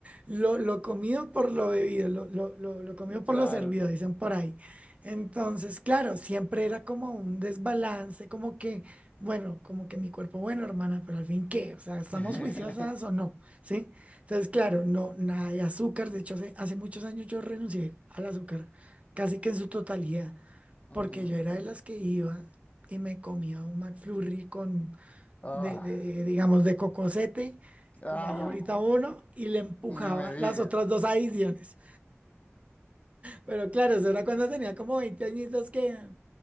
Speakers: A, on the right; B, on the left.
A: lo, lo comido por lo bebido, lo, lo, lo, lo comido por
B: Claro.
A: lo servido, dicen por ahí. Entonces, claro, siempre era como un desbalance, como que, bueno, como que mi cuerpo, bueno, hermana, pero al fin, ¿qué? O sea, ¿estamos
B: <laughs>
A: juiciosas o no? ¿Sí? Entonces, claro, no, nada de azúcar. De hecho, hace, hace muchos años yo renuncié al azúcar, casi que en su totalidad,
B: Ujú.
A: porque yo era de las que iba y me comía un McFlurry con
B: Ah,
A: de, de, digamos, de cocosete,
B: ah,
A: como hay ahorita uno, y le empujaba
B: ni me diga.
A: las otras dos adiciones. Pero claro, eso era cuando tenía como 20 añitos que,